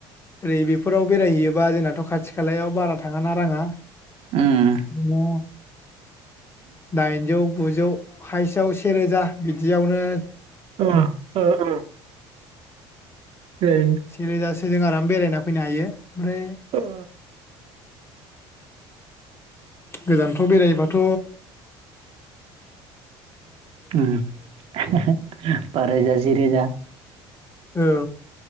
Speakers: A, on the left; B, on the right.
A: ओरै बेफोराव बेरायहैयोबा जोंनाथ' खाथि खालायाव बारा थाङा ना राङा
B: उम
A: ना दाइनजौ गुजौ हाइसेआव सेरोजा बिदि बेयावनो
B: अ अ अ <unintelligible>
A: सेरोजासो जों आराम बेरायना फैनो हायो। ओमफ्राय
B: ओ
A: <inaudible> गोजानफ्राव बेरायोबाथ'
B: उम <unintelligible> बा रोजा जि रोजा।
A: औ